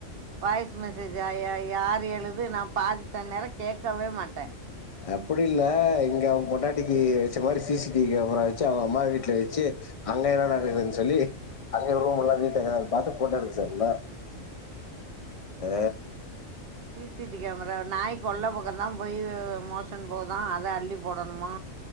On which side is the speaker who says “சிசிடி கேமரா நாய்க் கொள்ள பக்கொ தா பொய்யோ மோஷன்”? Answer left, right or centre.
Right